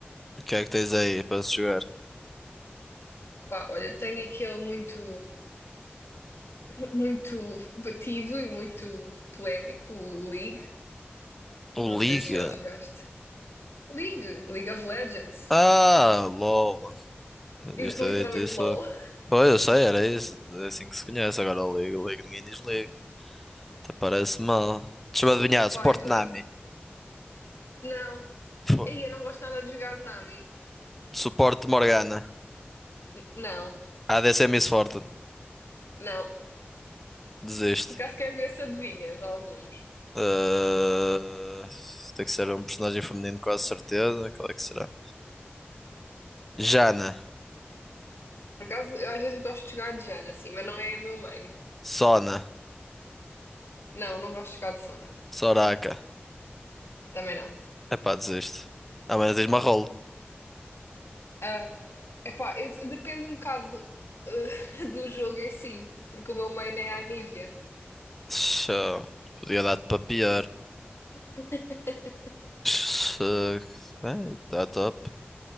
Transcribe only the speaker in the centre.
O que é que tens aí para se jogar?
O
Liga?
Ah, LOL. Devias
ter
dito isso.
Foi, eu sei, era isso. É assim que se conhece agora o Liga. O Liga ninguém diz Liga. Até parece mal. Deixa-me adivinhar.
Suporte
Nami.
Fo-
Suporte Morgana.
ADC Miss Fortune.
Desiste.
Ah, tem que ser um personagem feminino, quase certeza. Qual é que será? Jana,
Sona,
Soraka.
Epá, desisto. Ah, mas diz-me a rolo.
Show. Podia dar-te para pior.
Show. Bem, tá top.